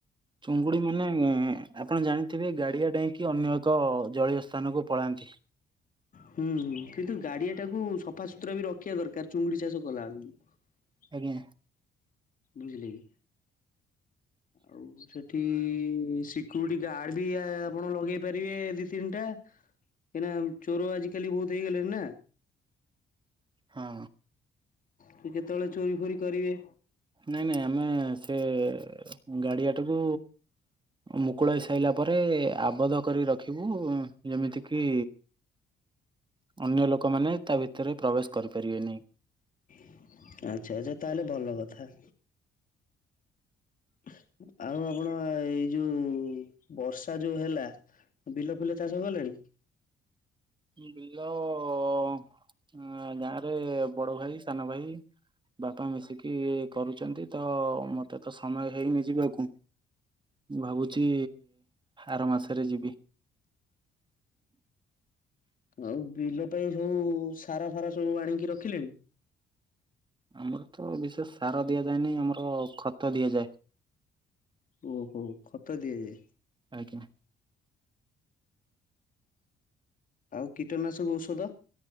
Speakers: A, on the right; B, on the left.
A: ଚୁଙ୍ଗୁଡ଼ି ମାନେ ଏ ଆପଣ ଜାଣିଥିବେ ଗାଡ଼ିଆ ଡେଇଁକି ଅନ୍ୟ ଏକ ଜଳୀୟ ସ୍ଥାନକୁ ପଳାନ୍ତି।
B: ହୁଁ ହୁଁ କିନ୍ତୁ ଗାଡ଼ିଆ ଟାକୁ ସଫ୍ ପତ୍ର ବି ରଖିଆ ଦରକାର୍ ଚୁଙ୍ଗୁଡ଼ି ଚାଷ କଲା ବେଳକୁ
A: ଆଜ୍ଞା।
B: ବୁଝିଲେ କି? ଆଉ ସେ ଇଠି ସିକ୍ୟୁରିଟି ଗାର୍ଡ ବି ଆ-ଆପଣ ଲଗେଇ ପାରିବେ ଦି ତିନଟା କାଇଁନା ଚୋର ଆଜିକାଲି ବହୁତ୍ ହେଇଗଲେଣି ନା।
A: ହଁ।
B: ସିଏ ଯେତେବେଳେ ଚୋରି ଫୋରି କରିବେ
A: ନାଇଁ ନାଇଁ ଆମେ ସେ ଗାଡ଼ିଆଟାକୁ ମୁ ଖୁଳା ହେଇ ସାଇଲା ପରେ ଆବଧ କରି ରଖିବୁ ଉଁ ଯେମିତି କିି ଅନ୍ୟ ଲୋକମାନେ ତା ଭିତେରେ ପ୍ରବେଶ କରିପାରିବେନି।
B: <inaudible> ଆଛା ଆଛା ତାହେଲେ ଭଲ କଥା। <inaudible> ଆଉ ଆପଣ ଏଇ ଯୋଉ ବର୍ଷା ଯୋଉ ହେଲା ବିଲ ଫିଲ ଚାଷ କଲେଣି।
A: ବିଲ ଏଁ ଗାଁରେ ବଡ଼ ଭାଇ ସାନ ଭାଇ। ବାପା ମିଶିକି କରୁଚନ୍ତି ତ ମତେ ତ ସମୟ ହେଇନି ଯିବାକୁ। ମୁଁ ଭାବୁଛି ଆର ମାସରେ ଯିବି।
B: ଆଉ ବିଲ ପାଇଁ ସବୁ ସାର ଫାର ସବୁ ଆଣିକି ରଖିଲେଣି?
A: ଆମର ତ ବିଶେଷ ସାର ଦିଆଯାଏନହିଁ ଆମର ଖତ ଦିଆଯାଏ।
B: ଓ ହୋ ଖତ ଦିଆଯାଏ।
A: ଆଜ୍ଞା।
B: ଆଉ କୀଟନାଶକ ଔଷଧ।